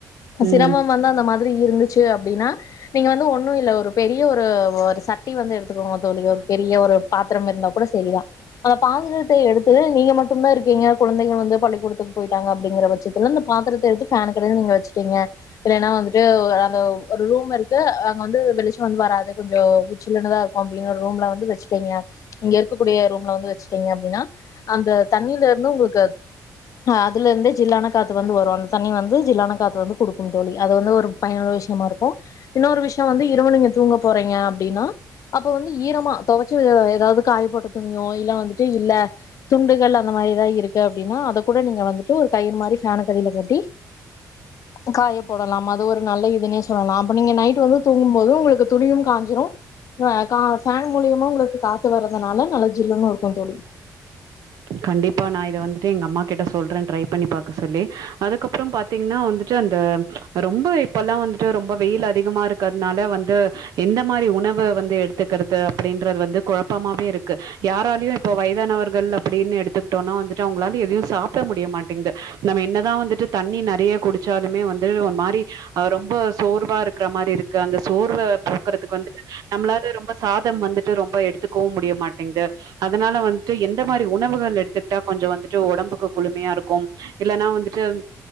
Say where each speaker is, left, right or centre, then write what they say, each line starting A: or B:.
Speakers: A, on the right; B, on the left.
A: ம்.
B: சிரமம் வந்தா நம் மாதிரி இருந்துச்சு அப்டின்னா நீங்க வந்து ஒன்னு இல்ல ஒரு பெரிய ஒரு ஒரு சட்டி வந்து எடுத்துக்கோங்க தோழி ஒரு பெரிய ஒரு பாத்திரம் இருந்தா கூட சரிதா அந்த பாத்திரத்த எடுத்து நீங்க மட்டுந்தா இருக்கீங்க கொழந்தைகள் வந்து பள்ளிக்கூடத்துக்கு போயிட்டாங்க அப்படிங்கிற பட்சத்துல அந்த பாத்திரத்த எடுத்து ஃபேன் கீழ நீங்க வச்சு ட்டிங்க இல்லன்னா வந்துட்டு ஒ அந்த ஒரு ரூம் இருக்கு அங்க வந்து வெளிச்சம் வந்து வராது கொஞ்சோ ஜில்லுனதா இருக்கும் அப்படின்னு ரூம்ல வந்து வச்சட்டீங்க இங்க இருக்கக்கூடிய ரூம்ல வந்து வச்சுட்டீங்க அப்டின்னா அந்த தண்ணியில இருந்து உங்களுக்கு அ அதுல இருந்ததே ஜில்லான காத்து வந்து வரும் அந்த தண்ணி வந்து ஜில்லான காத் து வந்து குடுக்கும் தோழி அது வந்து ஒரு பயனுள விஷயமா இருக்கு இன்னொரு விஷயம் வந்து இரவு நீங்க தூங்க போறீங்க அப்படின்னா அப்ப வந்து ஈரமா தொவைச்சு எதாவது காய போட்ட துணியோ இல்ல வந்துட்டு இல்ல துண்டுகள் அந்த மாரி ஏதாவது இருக்கு அப்டின்னா அத கூட நீங்க வந்துட்டு ஒரு கயிறு மாரி ஃபேன்க்கு அடியில கூட்டி காய போடலாம் அது ஒரு நல்ல இதுன்னே சொல்லலா அப்ப நீங்க நைட் வந்து தூங்கும் போது உங்களுக்கு துணியும் காஞ்சிரு ஆ க ஃபேன் மூலியமா உங்களுக்கு காத்து வர்றதுனால நல்ல ஜில்லுன்னு இருக்கும் தோழி
A: கண்டிப்பா நா இத வந்துட்டு எங்க அம்மா கிட்ட சொல்ற ட்ரை பண்ணி பாக்க சொல்லி அதுக்கப்பறோ பாத்தீங்கன்னா வந்துட்டு அந்த ரொம்ப இப்பெல்லா வந்துட்டு ரொம்ப வெயில் அதிகமா இருக்கறுனால வந்து எந்த மாரி உணவு வந்து எடுத்துக்கிறது அப்படின்றது வந்து குழப்பமாவே இருக்கு யாராலயு இப்ப வயதானவர்கள் அப்படின்னு எடுத்துக்கிட்டோனா வந்துட்டு அவங்களால எதையு சாப்ட முடிய மாட்டேங்குது நம்ம என்னதா வந்துட்டு தண்ணி நெறைய குடிச்சாலுமே வந்து ஒரு மாரி அ ரொம்ப சோர்வா இருக்கிற மாரி இருக்கு அந்த சோர்வ போக்குறதுக்கு வந்துட்டு நம்மளால ரொம்ப சாதம் வந்துட்டு ரொம்ப எடுத்துக்கவும் முடிய மாட்டேங்குது அதனால வந்துட்டு எந்த இந் மாரி உணவுகள் எடுத்துட்டா கொஞ்சொ வந்துட்டு உடம்புக்கு குழுமையா இருக்கும் இல்லன்னா வந்துட்டு